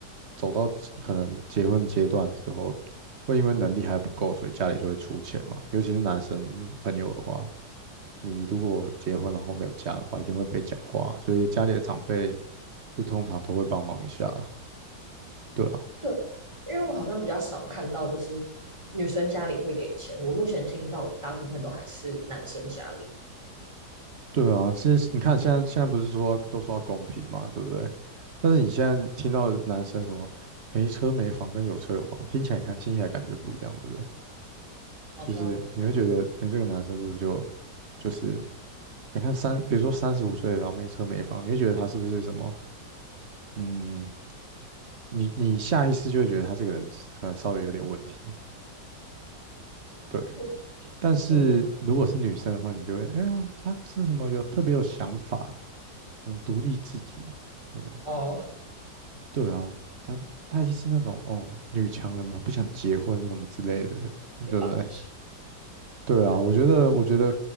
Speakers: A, on the right (about 40°); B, on the right (about 15°).
A: 走到可能结婚阶段之后，会因为能力还不够，所以家里就会出钱嘛。尤其是男生朋友的话，你如果结婚然后没有家的话，一定会被讲话，所以家里的长辈就通常都会帮忙一下啦对啊，
B: 对，因为我好像比较少看到就是女生家里会给钱，我目前听到大部分都还是男生家里，
A: 对啊，其实你看现在现在不是说都说要公平嘛，对不对？但是你现在听到男生什么没车没房跟有车有房，听起来你看听起来感觉不一样，对不对？就是你会觉得，
B: 好像
A: 哎、这个男生是不是就就是你看三，比如说三十五岁，然后没车没房，你会觉得他是不是什么？嗯，你你下意识就会觉得他这个人可能稍微有点问题，对。
B: 不。
A: 但是如果是女生的话，
B: 嗯，
A: 你就会，哎呀，他是什么有特别有想法，嗯，独立自主，对不对？
B: 哦，
A: 对啊，他他一定是那种哦，女强人嘛，不想结婚什么之类的，对不对？
B: 非常的
A: 对啊，我觉得我觉得